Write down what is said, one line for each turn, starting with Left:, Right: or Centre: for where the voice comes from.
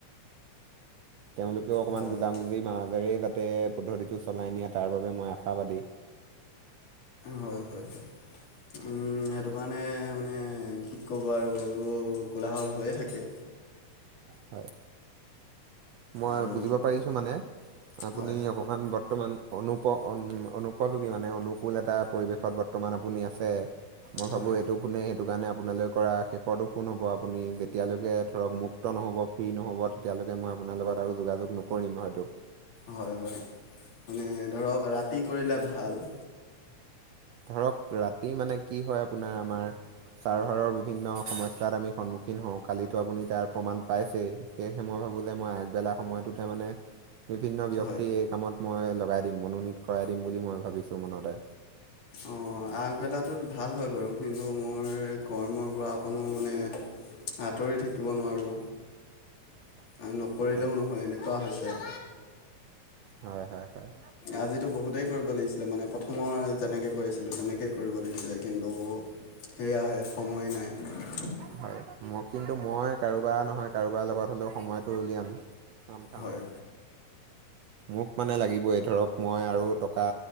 Right: তেওঁলোকেও অকণমান
Left: হয় হয়
Right: বুজাবুজিৰ মাজেৰে যাতে পদ্ধতিটো চলাই নিয়ে তাৰ বাবোবে মই আশাবাদী।
Left: হয়-হয়-হয়। উম সেইটো কাৰণে মানে কি ক'ব আৰু এইবোৰ কোলাহল হৈয়ে থাকে
Right: হয়। মই
Left: আৰু
Right: বুজিব পাৰিছো মানে আপুনি
Left: হয়
Right: অ কমান বৰ্তমান অনুপ অনুপযোগী মানে অনুকূল এটা পৰিৱেশত বৰ্তমান আপুনি আছে। মই
Left: হয়
Right: ভাবোঁ এইটো ফোনে সেইটো কাৰণে আপোনালৈ কৰা শেষৰটো ফোন হ'ব আপুনি যেতিয়ালৈকে ধৰক মুক্ত নহ'ব ফ্ৰী নহ'ব তেতিয়ালৈকে মই আপোনাৰ লগত আৰু যোগাযোগ নকৰিম হয়তো।
Left: হয় হয় মানে ধৰক ৰাতি কৰিলে ভাল
Right: ধৰক ৰাতি মানে কি হয় আপোনাৰ আমাৰ ছাৰ্ভাৰৰ বিভিন্ন সমস্যাত আমি সন্মুখীন হওঁ কালিতো আপুনি তাৰ প্ৰমাণ পাইছেই সেয়েহে মই ভাবো যে মই আগবেলা সময়টোতে মানে বিভিন্ন ব্যক্তিক
Left: হয়
Right: এই কামত মই লগাই দিম মনোনীত কৰাই দিম বুলি মই ভাবিছো মনতে
Left: অ আগবেলাটোত ভাল হয় বাৰু কিন্তু মোৰ কৰ্মৰ পৰা অকনো মানে আঁতৰি থাকিব নোৱাৰোঁ
Right: <inaudible>
Left: আৰু নকৰিলেও
Right: হয়
Left: নহয় এনেকুৱা হৈছে
Right: হয় হয় হয়
Left: আজিতো বহুতেই কৰিব লাগিছিলে মানে প্ৰথমৰ যেনেকৈ কৰিছিলোঁ তেনেকেই কৰিব লাগিছিলে কিন্তু সেয়াহে সময় নাই
Right: হয় মই কিন্তু মই কাৰোবাৰ নহয় কাৰোবাৰ লগত হ'লেও সময়তটো উলিয়াম খাম খাম
Left: হয়
Right: মোক মানে লাগিবই ধৰক মই আৰু টকা